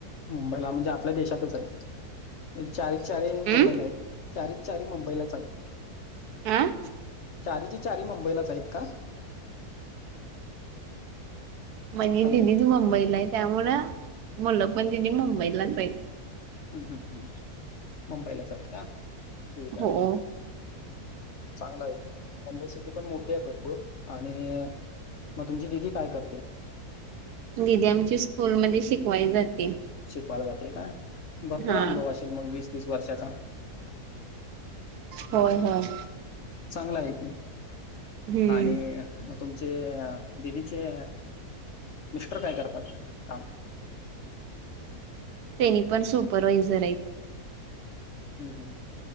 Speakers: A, on the left; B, on the right.
A: मुंबईला म्हणजे आपल्या देशातच आहे चारी चारी
B: हम्म
A: मुंबईला आहे. चारीच चारी मुंबईलाच आहेत.
B: आ
A: चारीच्या चारी मुंबईलाच आहेत का?
B: म्हणजे
A: हॅलो
B: दिनीच मुंबईला आहे त्यामुळं मुलं पण तिनी मुंबईलाच हाईत.
A: ह्म हम मुंबईलाच आहेत का ठीक आहे
B: हो
A: ठीक आहे. चांगला आहे मुंबई सिटी पण मोठी आहे भरपूर. आणि मग तुमची दिदी काय करते?
B: दिदी आमची स्कूलमध्ये शिकवाय जाते.
A: शिकवायला जाते काय भरपूर
B: हा.
A: अनुभव असेल मग वीस तीस वर्षाचा.
B: होय होय.
A: चांगला आहे की
B: हम्म
A: आणि मग तुमचे दिदीचे मिस्टर काय करतात काम?
B: तेनी पण सुपरवायझर आहेत.
A: हम्म हम्म हम्म